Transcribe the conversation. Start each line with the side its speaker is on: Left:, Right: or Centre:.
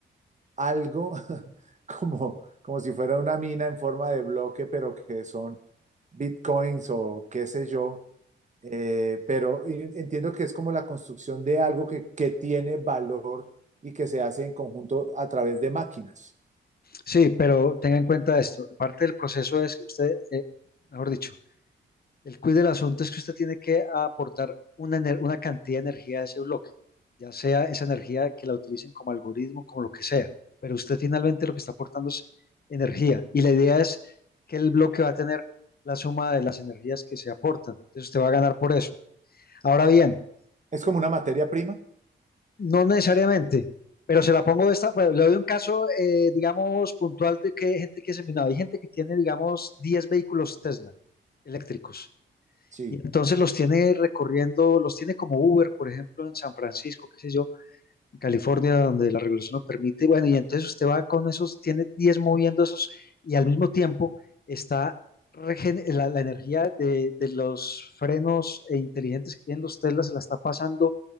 Right: algo <laughs> como, como si fuera una mina en forma de bloque, pero que son bitcoins o qué sé yo. Eh, pero y- entiendo que es como la construcción de algo que, que tiene valor y que se hace en conjunto a través de máquinas.
Left: Sí, pero tenga en cuenta esto, parte del proceso es que usted, eh, mejor dicho, El quiz del asunto es que usted tiene que aportar una, ener- una cantidad de energía a ese bloque, ya sea esa energía que la utilicen como algoritmo, como lo que sea, pero usted finalmente lo que está aportando es energía y la idea es que el bloque va a tener la suma de las energías que se aportan, entonces usted va a ganar por eso. Ahora bien,
Right: ¿Es como una materia prima?
Left: no necesariamente, pero se la pongo esta, pues, le doy un caso, eh, digamos, puntual de que hay gente que se, no, hay gente que tiene, digamos, diez vehículos Tesla eléctricos
Right: Sí.
Left: Y entonces los tiene recorriendo, los tiene como Uber, por ejemplo, en San Francisco, qué sé yo, en California, donde la regulación lo permite. Bueno, y entonces usted va con esos, tiene 10 moviendo esos y al mismo tiempo está regen- la, la energía de, de los frenos eh, inteligentes que tienen los Tesla se la está pasando